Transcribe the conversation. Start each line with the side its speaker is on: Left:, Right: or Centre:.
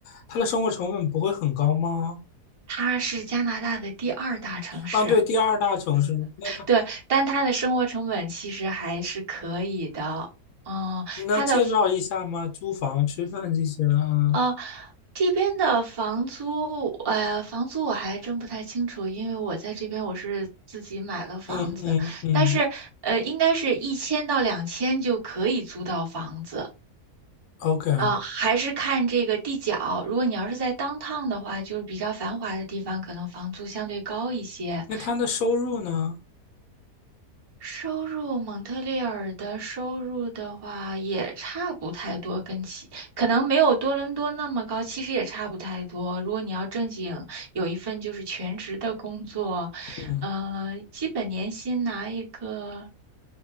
Left: 它的生活成本不会很高吗？
Right: 它是加拿大的第二大城市。
Left: 啊，对，第二大城市，那它
Right: 对，但他的生活成本其实还是可以的。嗯，
Left: 能介绍一下吗？
Right: 他的
Left: 租房、吃饭这些啊？
Right: 呃这边的房租，呃，房租我还真不太清楚，因为我在这边我是自己买了房子，
Left: 嗯嗯嗯。
Right: 但是呃，应该是一千到两千就可以租到房子。
Left: OK，
Right: 啊、还是看这个地角。如果你要是在 downtown 的话，就是比较繁华的地方，可能房租相对高一些。
Left: 那他的收入呢？
Right: 收入，蒙特利尔的收入的话也差不太多，跟其可能没有多伦多那么高，其实也差不太多。如果你要正经有一份就是全职的工作，
Left: 嗯，
Right: 呃，基本年薪拿一个